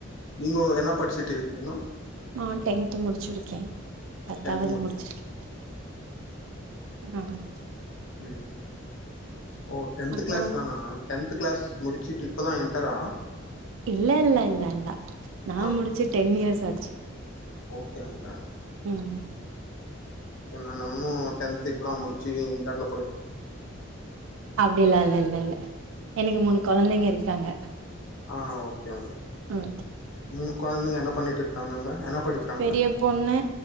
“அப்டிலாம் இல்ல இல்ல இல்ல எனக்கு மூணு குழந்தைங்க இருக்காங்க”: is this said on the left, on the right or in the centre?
Right